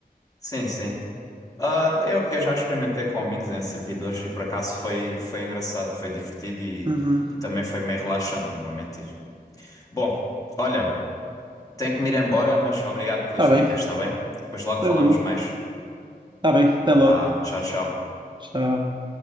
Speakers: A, on the left; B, on the right.
A: sim, sim. Ah, eu, eu já experimentei com amigos em servidores e por acaso foi, foi engraçado, foi divertido e,
B: Uhum.
A: e também foi meio relaxante, não vou mentir. Bom, olha, tenho que me ir embora, mas obrigado pelas
B: Tá
A: dicas,
B: bem,
A: está bem? Depois logo
B: tranquilo.
A: falamos mais.
B: Tá bem, até
A: Vá,
B: logo.
A: tchau, tchau.
B: Tchau.